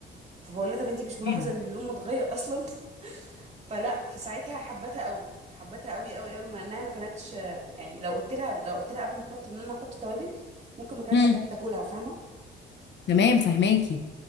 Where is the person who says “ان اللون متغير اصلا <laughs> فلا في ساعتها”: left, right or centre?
Right